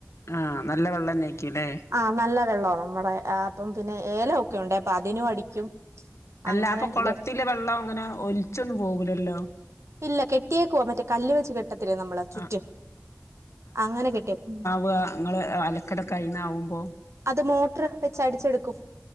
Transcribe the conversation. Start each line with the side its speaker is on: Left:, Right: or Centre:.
Left: ആഹ നല്ല വെള്ളന്നെ ആയ്ക്കൂല്ലേ
Right: ആ നല്ല വെള്ളോവാ നമ്മുടെ അപ്പം പിന്നെ ഏലൊക്കെ ഉണ്ട് അപ്പൊ അതിനും അടിക്കും
Left: അല്ല
Right: അങ്ങനെയൊക്കെ
Left: അപ്പൊ കുളത്തില വെള്ളം അങ്ങനെ ഒലിച്ചൊന്നും പോവൂലല്ലോ
Right: ഇല്ല കെട്ടിയേക്കവാ മറ്റേ കല്ല് വെച്ച് കേട്ടത്തില്ലേ നമ്മൾ ചുറ്റ്
Left: ആഹ്
Right: അങ്ങനെ കെട്ടിയേക്ക
Left: വുക ഇങ്ങളെ അലക്കലൊകയിന്നാവുമ്പോ
Right: അത് മോട്ടർ വെച്ച് അടിച്ചെടുക്കും